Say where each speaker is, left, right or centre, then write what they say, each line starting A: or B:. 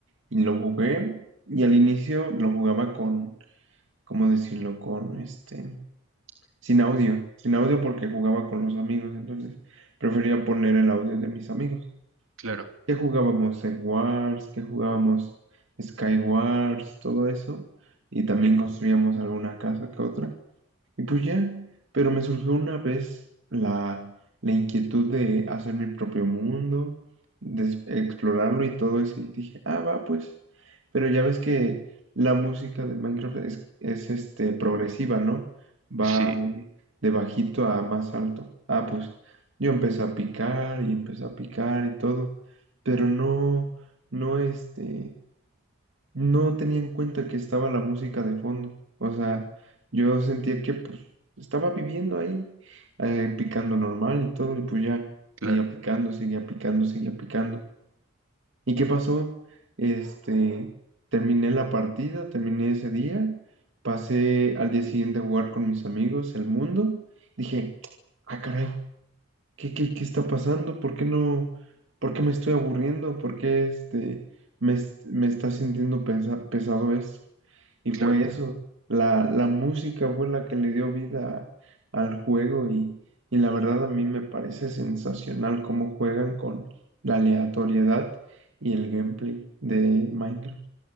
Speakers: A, on the right (about 65°); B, on the right (about 80°).
A: Y lo jugué y al inicio lo jugaba con, ¿cómo decirlo? Con este, sin audio, sin audio porque jugaba con los amigos, entonces prefería poner el audio de mis amigos.
B: claro,
A: ¿Qué jugábamos? Egg Wars, ¿qué jugábamos? Sky Wars, todo eso. Y también
B: mm,
A: construíamos alguna casa que otra. Y pues ya, pero me surgió una vez la, la inquietud de hacer mi propio mundo, de es- explorarlo y todo eso, y dije, ah, va, pues, pero ya ves que la música de Minecraft es, es, este, progresiva, ¿no? Va
B: sí,
A: de, de bajito a más alto. Ah, pues, yo empecé a picar y empecé a picar y todo, pero no, no, este no tenía en cuenta que estaba la música de fondo. O sea, yo sentía que pues estaba viviendo ahí, eh, picando normal y todo, y pues ya,
B: claro,
A: seguía picando, seguía picando, seguía picando. ¿Y qué pasó? Este, terminé la partida, terminé ese día, pasé al día siguiente a jugar con mis amigos, el mundo, dije, ah, caray, ¿qué, qué, qué está pasando? ¿Por qué no, por qué me estoy aburriendo? ¿Por qué este... Me, es- me está sintiendo pensa- pesado esto. Y
B: claro.
A: fue eso, la, la música fue la que le dio vida al juego y, y la verdad a mí me parece sensacional cómo juegan con la aleatoriedad y el gameplay de Minecraft.